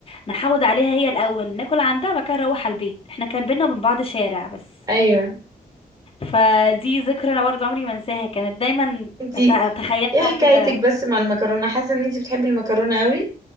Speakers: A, on the left (about 35°); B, on the right (about 25°).
A: نحوض عليها هي الاول ناكل عندها بعد كده نروح على البيت احنا كان بينا وبين بعض شارع بس
B: ايوه
A: فدي ذكرى انا برضه عمري ما انساها كانت دايما
B: انتي
A: أت- اتخيلها
B: ايه حكايتك
A: كده
B: بس مع المكرونه حاسه ان انتي بتحبي المكرونه قوي